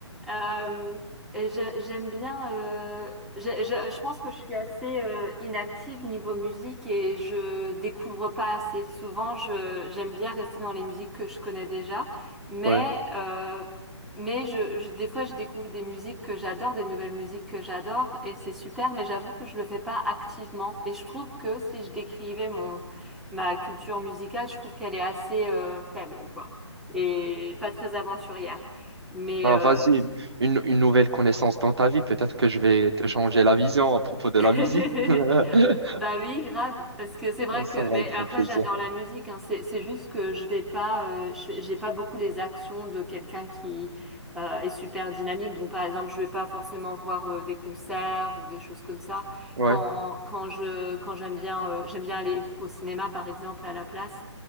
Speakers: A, in the centre; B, on the right.
A: Euh, j'ai- j'aime bien. euh, j'ai- j'ai- je pense que je suis assez euh, inactive niveau musique et je découvre pas assez souvent. Je, j'aime bien rester dans les musiques que je connais déjà, mais
B: Ouais.
A: euh, mais je, je- des fois je découvre des musiques que j'adore, des nouvelles musiques que j'adore et c'est super. Mais j'avoue que je le fais pas activement et je trouve que si je décrivais mon ma culture musicale, je trouve qu'elle est assez euh, faible, quoi et pas très aventurière. Mais
B: Bah
A: euh,
B: vas-y, une, une une nouvelle connaissance dans ta vie. Peut-être que je vais te changer la vision à propos de
A: <laughs>
B: la musique. <laughs>
A: bah oui, grave, parce que c'est vrai
B: Ça, ça
A: que.
B: va
A: Mais
B: être
A: après,
B: un plaisir.
A: j'adore la musique. Hein. C'est c'est juste que je vais pas, euh, je fais- j'ai pas beaucoup les actions de quelqu'un qui euh, est super dynamique. Donc par exemple, je vais pas forcément voir euh, des concerts ou des choses comme ça.
B: Ouais,
A: Quand quand je quand j'aime bien, euh, j'aime bien aller au cinéma par exemple à la place.